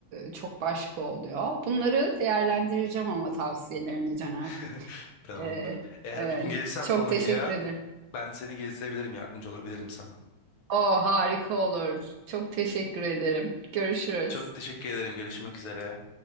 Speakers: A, on the right; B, on the left.
A: çok başka oluyor. Bunları değerlendireceğim ama tavsiyelerini Caner.
B: <laughs> Tamamdır.
A: Ee,
B: Eğer
A: evet.
B: bir gün gelirsen
A: Çok
B: Polonya'ya
A: teşekkür ederim.
B: ben seni gezdirebilirim, yardımcı olabilirim sana.
A: O harika olur. Çok teşekkür ederim. Görüşürüz.
B: Çok teşekkür ederim. Görüşmek üzere.